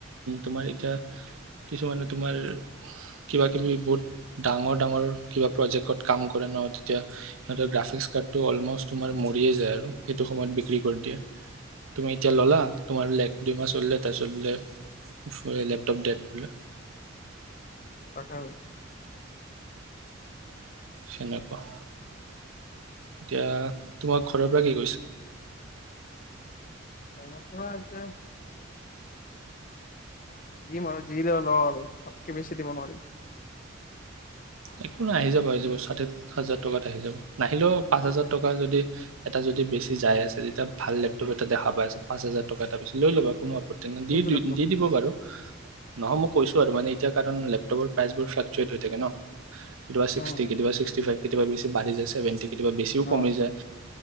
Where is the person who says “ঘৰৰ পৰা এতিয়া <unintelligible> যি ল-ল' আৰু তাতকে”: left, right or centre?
Left